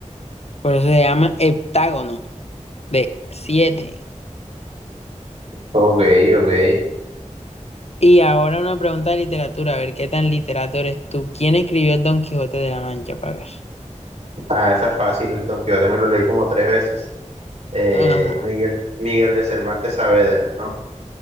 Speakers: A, on the left (about 55°); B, on the right (about 60°).
A: Por eso se llama heptágono de siete.
B: Ok, ok.
A: Y ahora una pregunta de literatura, a ver qué tan literato eres tú. ¿Quién escribió el Don Quijote de la Mancha? Para ver.
B: Ah, esa es fácil, Don Quijote me lo leí como tres veces. Eh,
A: Ajá.
B: Miguel, Miguel de Cervantes Saavedra, ¿no?